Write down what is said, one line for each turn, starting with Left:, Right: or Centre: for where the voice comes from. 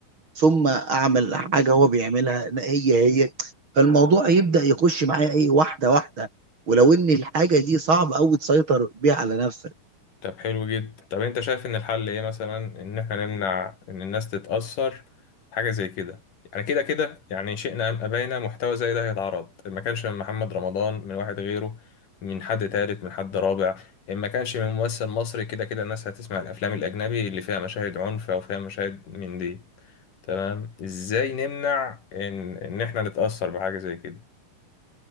Right: ثم أعمل حاجة هو بيعملها هي هي فالموضوع يبدأ يخش معايا إيه واحدة واحدة ولو إن الحاجة دي صعب أوي تسيطر بيها على نفسك
Left: طب حلو جدا طب انت شايف ان الحل ايه مثلا ان احنا نمنع ان الناس تتأثر حاجة زي كده يعني كده كده يعني شئنا ام ابينا محتوى زي ده هيتعرض ما كانش من محمد رمضان من واحد غيره من حد تالت من حد رابع ما كانش من ممثل مصري كده كده الناس هتسمع الافلام الاجنبي اللي فيها مشاهد عنف او فيها مشاهد من دي تمام ازاي نمنع ان ان احنا نتأثر بحاجة زي كده